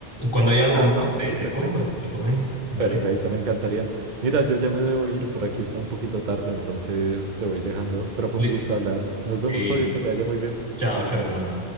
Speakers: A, on the right; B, on the right.
A: cuando haya algo
B: Ah,
A: más,
B: no,
A: te,
B: sí,
A: te
B: perfecto.
A: cuento, te comento, ¿vale?
B: Perfecto, me encantaría. Mira, yo ya me debo ir, por aquí está un poquito tarde, entonces te voy dejando, pero fue
A: Li-
B: un gusto hablar. Nos
A: Sí,
B: vemos, Fabio, que te vaya muy bien.
A: chao, chao, hermano.